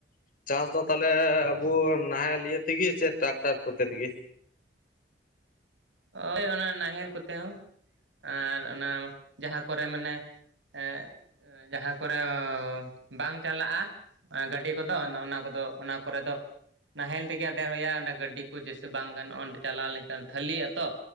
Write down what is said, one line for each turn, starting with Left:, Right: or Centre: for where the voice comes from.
Left: ᱪᱟᱥ ᱫᱚ ᱛᱟᱦᱚᱞᱮ ᱟᱵᱚ ᱱᱟᱦᱮᱞ ᱤᱭᱟᱹ ᱛᱮᱜᱮ ᱥᱮ ᱴᱨᱟᱠᱴᱟᱨ ᱠᱚᱛᱮ ᱛᱮᱜᱮ
Right: ᱦᱭ ᱚᱱᱟ ᱱᱟᱦᱮᱞ ᱠᱚᱛᱮ ᱦᱚᱸ ᱟᱨ ᱚᱱᱟ ᱡᱟᱦᱟᱸ ᱠᱚᱨᱮ ᱢᱟᱱᱮ ᱮᱸᱜ ᱡᱟᱦᱟᱸ ᱠᱚᱨᱮ ᱵᱟᱝ ᱪᱟᱞᱟᱜᱼᱟ ᱜᱟᱹᱰᱤ ᱠᱚᱫᱚ ᱚᱱᱟ ᱠᱚᱫᱚ ᱚᱱᱟ ᱠᱚᱨᱮ ᱫᱚ ᱱᱟᱦᱮᱞ ᱛᱮᱜᱮ ᱟᱫᱮᱨ ᱦᱩᱭᱩ-ᱟ ᱚᱸᱰᱮ ᱜᱟᱹᱰᱤ ᱠᱚ ᱡᱮᱭᱮᱥᱮ ᱵᱟᱝ ᱜᱟᱱᱚᱜᱼᱟ ᱚᱸᱰᱮ ᱪᱟᱞᱟᱣ ᱞᱮᱱᱠᱷᱟᱱ ᱛᱷᱟᱹᱞᱤᱜᱼᱟ ᱛᱚ